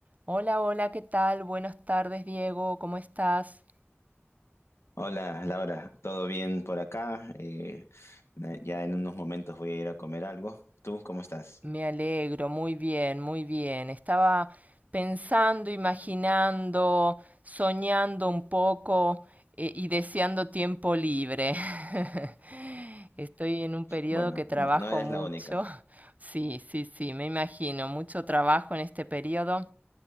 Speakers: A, on the right; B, on the left.
A: Hola, hola, ¿qué tal? Buenas tardes, Diego, ¿cómo estás?
B: Hola Laura, ¿todo bien por acá? Eh, na- ya en unos momentos voy a ir a comer algo. ¿Tú cómo estás?
A: Me alegro, muy bien, muy bien. Estaba pensando, imaginando, soñando un poco eh, y deseando tiempo libre. <laughs> Estoy en un periodo
B: Bueno,
A: que trabajo
B: no, no eres
A: mucho.
B: la única.
A: <laughs> Sí, sí, sí, me imagino, mucho trabajo en este periodo,